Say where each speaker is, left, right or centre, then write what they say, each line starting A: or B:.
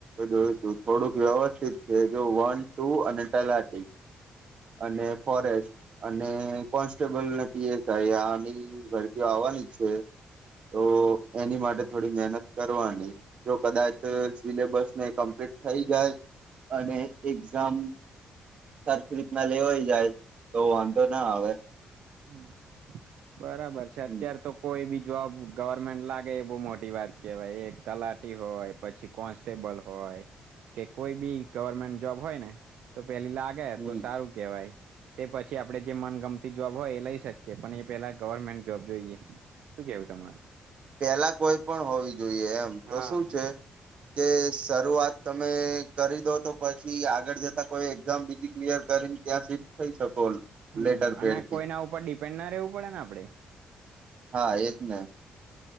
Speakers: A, on the right; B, on the right.
A: જોયું થું. થોડુંક વ્યવસ્થિત કે જો વન ટુ અને તલાટી અને ફોરેસ્ટ અને કોન્સ્ટેબલ ને પી એસ આઈ આની ભરતીઓ આવાની છે તો એની માટે થોડી મહેનત કરવાની જો કદાચ અહ સિલેબસને કમ્પ્લીટ થઈ જાય અને એક્ઝામ થર ના લેવાઈ જાય તો વાંધો ના આવે.
B: હમ્મ. બરાબર છે.
A: હમ
B: અત્યાર તો કોઈ બી જોબ ગવર્મેન્ટ લાગે એ બહુ મોટી વાત કેહેવાય એક તલાટી હોય પછી કોન્સ્ટેબલ હોય કે કોઈ બી ગવર્મેન્ટ જોબ હોય ને તો પેલી લાગે
A: હમ
B: તો સારું કેવાય. તે પછી આપડે જે મન ગમતી જોબ હોય એ લઈ શકેએ પણ એ પેલા ગવર્મેન્ટ જોબ જોઈએ. શું કેવું તમારું?
A: પેલા કોઈ પણ હોવી જોઈએ એમ
B: હા
A: તો શું છે કે શરૂઆત તમે કરી દો તો પછી આગળ જતા કોઈ એક્ઝામ બીજી ક્લિયર કરીને ત્યાં સીટ થઈ શકો.
B: હમ્મ
A: લેટર
B: અને
A: પેડથી
B: કોઈના ઉપર ડિપેન્ડ ના રહેવું પડે ને આપડે.
A: હા એજ ને